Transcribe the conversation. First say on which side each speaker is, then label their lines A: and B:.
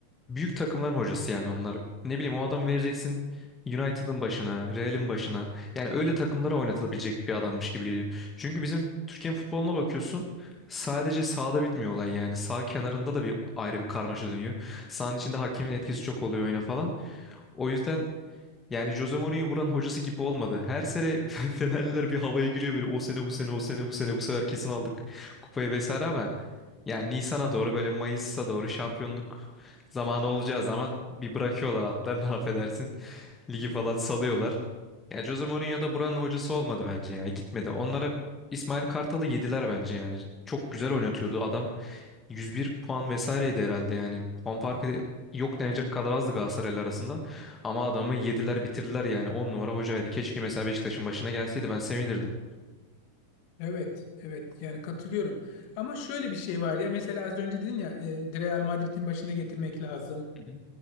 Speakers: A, on the left; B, on the left.
A: büyük takımların hocası yani onlar. Ne bileyim o adamı vereceksin United'ın başına, Real'in başına. Yani öyle takımlara oynatılabilecek bir adammış gibi geliyor. Çünkü bizim Türkiye'nin futboluna bakıyorsun sadece sahada bitmiyor olay yani. Sağ kenarında da bir ayrı bir karmaşa dönüyor. Sahanın içinde hakemin etkisi çok oluyor oyuna falan. O yüzden yani Jose Mourinho buranın hocası gibi olmadı. Her sene <laughs> Fenerliler bir havaya giriyor böyle o sene bu sene o sene bu sene bu sefer kesin aldık kupayı vesaire ama yani Nisan'a doğru böyle Mayıs'a doğru şampiyonluk zamanı olacağı zaman bir bırakıyorlar atlarını <laughs> affedersin. Ligi
B: Evet.
A: falan salıyorlar. Yani Jose Mourinho da buranın hocası olmadı bence ya gitmedi. Onlara İsmail Kartal'ı yediler bence yani. Çok güzel oynatıyordu adam. 101 puan vesaireydi herhalde yani. Puan farkı yok denecek kadar azdı Galatasaray'la arasında. Ama adamı yediler bitirdiler yani. 10 numara hocaydı. Keşke mesela Beşiktaş'ın başına gelseydi ben sevinirdim.
B: Evet, evet. Yani katılıyorum. Ama şöyle bir şey var ya mesela az önce dedin ya e, Real Madrid'in başına getirmek lazım.
A: Hı